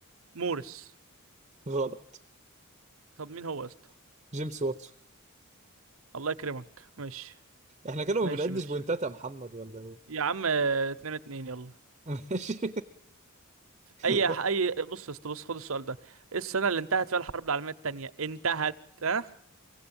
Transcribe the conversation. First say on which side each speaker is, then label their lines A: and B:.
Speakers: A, on the right; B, on the right.
A: مورس
B: غلط
A: طب مين هو يا اسطى
B: جيمس واتسون
A: الله يكرمك ماشي
B: احنا كده
A: ماشي
B: ما بنعدش
A: ماشي
B: بوينتات
A: ماشي
B: يا محمد ولا ايه؟
A: يا عم آه، اتنين اتنين يلا
B: ماشي <laughs>
A: اي اي بص يا اسطى بص خد السؤال ده ايه السنه اللي انتهت فيها الحرب العالميه التانية انتهت ها